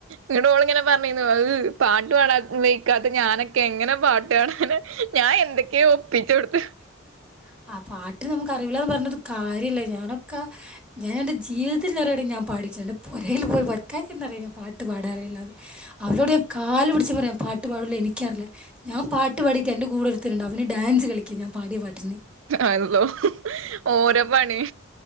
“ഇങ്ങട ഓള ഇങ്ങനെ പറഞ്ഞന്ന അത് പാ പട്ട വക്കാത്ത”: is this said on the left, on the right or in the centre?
Right